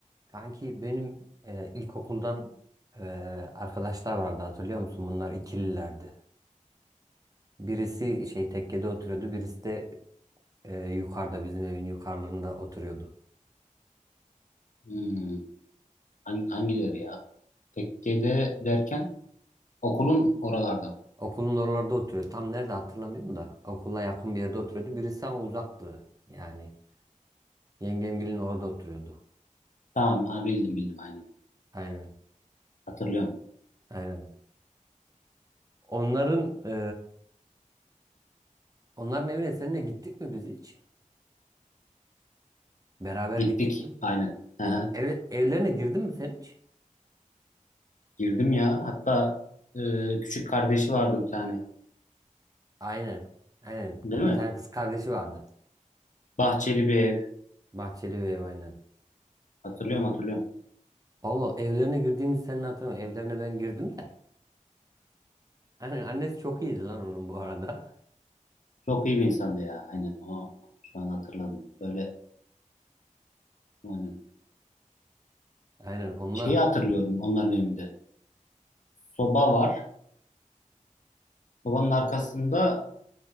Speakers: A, on the right; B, on the left.
A: Kanki benim e, ilkokuldan e, arkadaşlar vardı hatırlıyor musun? Bunlar ikililerdi. Birisi şey tekkede oturuyordu, birisi de e, yukarıda bizim evin yukarılarında oturuyordu.
B: Hmm, hang- hangileri ya? Tekke'de derken okulun oralarda.
A: Okulun oralarda oturuyordu. Tam nerede hatırlamıyorum da okula yakın bir yerde oturuyordu. Birisi ama uzaktı yani. Yengemgilin orada oturuyordu.
B: Tamam ha, bildim bildim aynen.
A: Aynen.
B: Hatırlıyorum.
A: Aynen. Onların e, onların evine seninle gittik mi biz hiç? Beraber
B: Gittik
A: gittik mi?
B: aynen. Aha,
A: Ev, evlerine girdin mi sen hiç?
B: girdim ya. Hatta e, küçük kardeşi vardı bir tane.
A: Aynen. Aynen.
B: Değil
A: Bir
B: mi?
A: tane kız kardeşi vardı.
B: Bahçeli bir ev.
A: Bahçeli ve ev aynen.
B: Hatırlıyorum hatırlıyorum.
A: Allah evlerine girdiğimiz senin hatırlamıyorum. Evlerine ben girdim de. Aynen annesi çok iyiydi lan onun bu arada.
B: Çok iyi bir insandı ya. Aynen o şu an hatırladım. Böyle aynen.
A: Aynen onunla
B: Şeyi hatırlıyorum onların evinde. Soba var. Sobanın arkasında